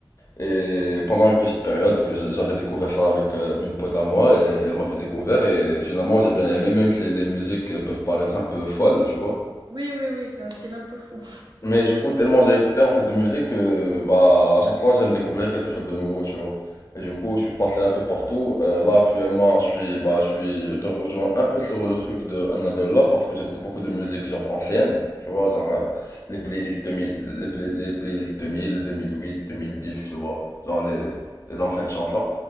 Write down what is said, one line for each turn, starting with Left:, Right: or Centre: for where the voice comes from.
Left: Et pendant une petite période, que j'a- j'avais découvert ça avec euh, une pote à moi, et elle m'a fait découvrir, et finalement j'ai bien aimé, même si les musiques euh, peuvent paraître un peu folles, tu vois.
Right: Oui, oui, oui, c'est un style un peu fou.
Left: Mais du coup, tellement j'ai écouté en fait de musique que bah à chaque fois j'aime découvrir quelque chose de nouveau, tu vois. Et du coup, je suis passé un peu partout. Euh, là actuellement, je suis bah je suis je te rejoins un peu sur le truc de Another Love parce que j'écoute beaucoup de musique genre ancienne, tu vois, genre euh, les playlists
Right: Ouais,
Left: 2000 les, play- les playlists 2000, 2008, 2010, tu vois, genre les les anciennes chansons.